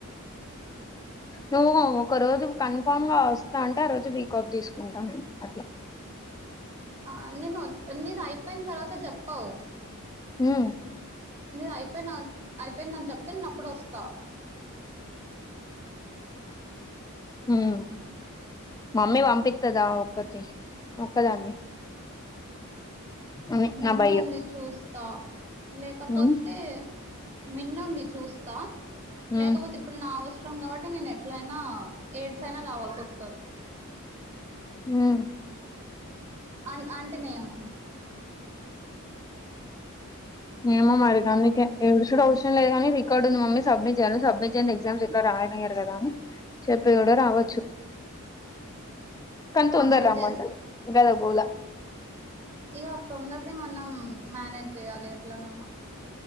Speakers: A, on the left; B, on the right.
A: నువ్వు ఒక రోజు కన్ఫామ్ గా ఒస్తా అంటే, ఆరోజు వీకాఫ్ దిసుకుంటాం అట్లా
B: ఆ నేను అయిపోయిన తర్వాత జెప్పవ్.
A: మ్మ్
B: నేదైయిపోయినా అయిపోయిందన్ చేప్తే నేనప్పుడు ఒస్తా
A: మ్మ్ మమ్మీ వంపిస్తదా ఒక్కటి ఒక్కదాన్ని అని
B: మిన్ను
A: నా భయం
B: ఉంది చూస్తా లేకపోతే
A: ఉమ్
B: మిన్నుంది చూస్తా లేకవోతే
A: ఉమ్
B: ఇప్పుడు నా అవస్ అవసరం గావట్టి నేన్ ఏట్లయినా ఎయిడ్స్ అయినా రావాల్సి వస్తది.
A: ఉమ్
B: అంట్ అంటినయమో
A: ఏమో మరిగందుకే యెషుడు అవసరం లేదని రికార్డ్ ఉంది. మమ్మీ సబ్మిట్ జేయాలను సబ్మిట్ జెయండి ఎగ్జామ్స్ ఏట్లా రాల రాయనీయ్యర్ గద అని చెప్పిగుడా రావచ్చు. కానీ తొందర
B: అదే
A: రమ్మంటది
B: చేస్త్
A: గద గోల
B: ఇగా తొందరనే మనం మానేజ్ జేయ్యాలి ఎట్ల నన్న